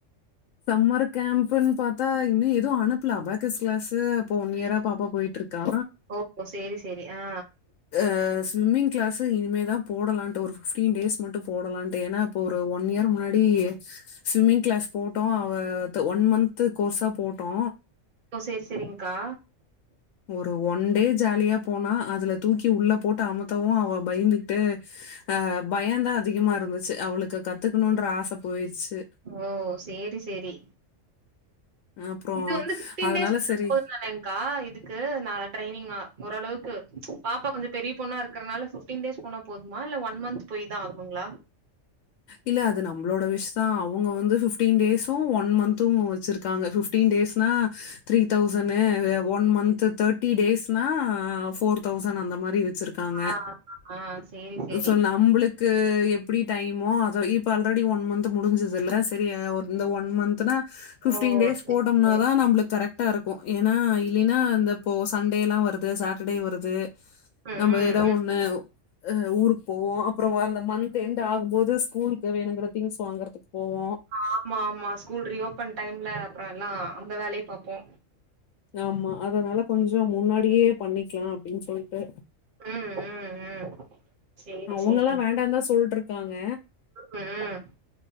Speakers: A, on the left; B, on the right.
A: சம்மர் கேம்ப்புன் பாத்தா இன்னு எது அனுப்ல அபாகஸ் கிளாஸு இப்போ ஒன் இயரா பாப்பா போய்ட்ருக்கா
B: ஓ சேரி சேரி ஆ
A: ஆ ஸ்விம்மிங் கிளாஸு இனிமே தா போடலான்ட்டு ஒரு ஃபிஃப்டீன் டேஸ் மட்டு போடலான்ட்டு ஏனா இப்போ ஒரு ஒன் இயர் முன்னாடி ஸ்விம்மிங் கிளாஸ் போட்டோ அவ அது ஒன் மந்து கோர்ஸா போட்டோ
B: ஓ சேர் செரிங்க்கா
A: ஒரு ஒன் டே ஜாலியா போனா அதுல தூக்கி உள்ள போட்டு அமுத்தவு அவ பயந்துக்குட்டு ஆ பயந்தா அதிகமா இருந்துச்சு அவுளுக்கு கத்துக்குணுன்ற ஆசப் போயிர்ச்சு
B: ஓ சேரி சேரி
A: அப்புறம்
B: இது வந்து ஃபிஃப்டீன்
A: அதனால
B: டேஸ்
A: சரி,
B: <inaudible> போது தனெங் கா இதுக்கு நா ட்ரைனிங்கா ஓரளவுக்கு பாப்பா கொஞ்ச பெரிய பொண்ணா இருக்கறனால ஃபிஃப்டீன் டேஸ் போனா போதுமா இல்ல ஒன் மன்த்து போய்தா ஆகணுங்களா
A: இல்ல அது நம்ளோட விஷ் தா அவுங்க வந்து ஃபிஃப்டீன் டேஸு ஒன் மன்த் து வச்சிருக்காங்க ஃபிஃப்டீன் டேஸ்னா த்ரீ தௌசணு அ ஒன் மன்த்து தேட் டி டேஸ்னா ஃபோர் தௌசண் அந்த மாரி வெச்சிருக் காங்க
B: ஆ ஆ சேரி சேரி
A: சோ நம்பளுக் கு எப்டி டைமோ அத இப்ப ஆல்ரெடி ஒன் மன்த்து முடிஞ்சுதுல்ல செரியா ஒன் இந்த ஒன் மன்த்துன்னா ஃபிஃப்டீன்
B: ஓ
A: டேஸ்
B: சேரி
A: போட் டம்னாதா
B: சேரி
A: நம்பளுக் கரக்ட்டாருக்கு ஏனா இல்லீனா இந்த போ சண்டேலா வருது சாட்டடே வருது
B: ம்
A: நம்ப
B: ம்
A: எதா
B: ம்.
A: ஒன்னு அ ஊருக்போவோ அப்றோ அந்த மன்த் எண்ட் ஆகும்போது ஸ்கூல்க் வேணுங்ற திங்ஸ் வாங்கறதுக் போவோ
B: ஆமா ஆமா ஸ்கூல் ரீஓப்பன் டைம்ல அப்றோ எல்லா அந்த வேலைய பாப்போ
A: ஆமா அதனால கொஞ்சோ முன்னாடியே பண்ணிக்கலா அப்டின் சொல்ட்டு
B: ம் ம் ம் சேரி
A: அவுங்கல்லா
B: சேரிங்
A: வேண்டாதா சொல்ட்ருக்காங்க
B: ம்